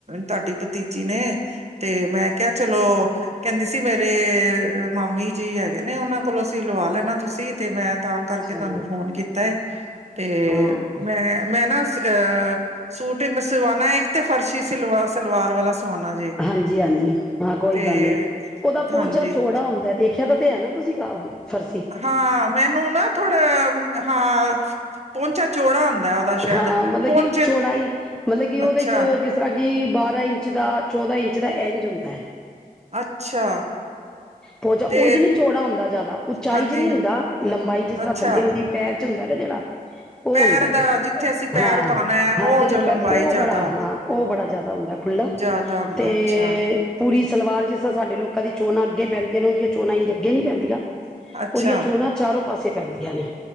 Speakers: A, on the right; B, in the centre.
A: ਤੁਆਡੀ ਪਤੀਜੀ ਨੇ ਤੇ ਮੈਂ ਕਯਾ ਚਲੋ, ਕੈਂਦੀ ਸੀ ਮੇਰੇ ਮਾਮੀ ਜੀ ਹੈਗੇ ਨੇ ਓਨਾਂ ਕੋਲੋਂ ਅਸੀਂ ਲਵਾ ਲੈਣਾ ਤੁਸੀਂ ਤੇ ਮੈਂ ਤਾਂ ਕਰਕੇ
B: ਚਲ
A: ਤੁਆਨੂੰ ਫੋਨ ਕੀਤਾ ਏ, ਤੇ
B: ਹਾਂ
A: ਮੈਂ ਮੈਂ ਨਾ ਅ ਸੂਟ ਮ ਸਵਾਣਾ ਏਕ ਤੇ ਫਰਸ਼ੀ ਸਲਵਾ ਸਲਵਾਰ ਵਾਲਾ ਸਵਾਣਾ ਜੇ।
B: ਹਾਂਜੀ-ਹਾਂਜੀ ਹਾਂ, ਕੋਈ
A: ਤੇ
B: ਗੱਲ ਨੀ ਓਦਾ ਪੋੰਚਾ
A: ਹਾਂਜੀ
B: ਚੋੜਾ ਹੁੰਦਾ ਤੇ ਜਗਹ ਤੇ ਹੈਨੀਂ, ਤੁਸੀਂ ਆਹੋ ਫਰਸੀ
A: ਹਾਂ, ਮੈਨੂੰ ਨਾ ਥੋੜਾ ਹਾਂ, ਪੋੰਚਾ ਚੌੜਾ ਹੁੰਦਾ। ਉਹਦਾ ਸ਼ਾਇਦ
B: ਹਾਂ ਮਤਲਬ
A: ਪਹੁੰਚੇ
B: ਕਿ ਚੌੜਾਈ, ਮਤਲਬ ਕਿ ਓਦੇ
A: ਅੱਛਾ
B: ਚ ਜਿਸ ਜਿਸ ਤਰ੍ਹਾਂ ਕਿ ਬਾਰਾਂ ਇੰਚ ਦਾ, ਚੌਦਾਂ ਇੰਚ ਦਾ ਏੰਝ ਹੁੰਦਾ।
A: ਅੱਛਾ।
B: ਪੋਚਾਂ
A: ਤੇ
B: ਉੰਜ ਨੀ ਚੌੜਾ ਹੁੰਦਾ ਜਾਦਾ ਉਚਾਈ
A: ਹਾਂਜੀ
B: ਚ ਨੀ ਹੁੰਦਾ ਲੰਬਾਈ ਜਿਸ ਤਰ੍ਹਾਂ
A: ਅੱਛਾ
B: ਥੱਲੇ ਓਦੀ ਪੈਰ'ਚ ਹੁੰਦਾ ਨਾ ਜੇੜਾ ਓ
A: ਪੈਰ
B: ਹੁੰਦਾ।
A: ਦਾ ਜਿੱਥੇ ਅਸੀਂ ਪੈਰ
B: ਹਾਂ,
A: ਪਾਉਣਾ ਹੈ ਉਹ
B: ਹਾਂ ਜਿਦੇਂ
A: ਜੋ ਲੰਬਾਈ
B: ਪ ਓ
A: ਜ਼ਿਆਦਾ
B: ਬੜਾ ਹਾਂ, ਓ ਬੜਾ ਜਿਆਦਾ ਹੁੰਦਾ ਖੁਲਾ ਤੇ
A: ਜ਼ਿਆਦਾ ਹੁੰਦਾ
B: ਤੇ
A: ਅੱਛਾ
B: ਪੂਰੀ ਸਲਵਾਰ ਜਿਸ ਤਰ੍ਹਾਂ ਸਾਡੇ ਲੋਕਾਂ ਦੀ ਚੋਣਾ ਅੱਗੇ ਪੈਂਦੀਆਂ ਨੇ ਓਦੀਆਂ ਚੋਣਾਂ ਇੰਜ ਅੱਗੇ ਨੀ ਪੈਂਦੀਆਂ
A: ਅੱਛਾ
B: ਓਦੀਆਂ ਚੋਣਾਂ ਚਾਰੋਂ ਪਾਸੇ ਪੈਂਦੀਆਂ ਨੇ।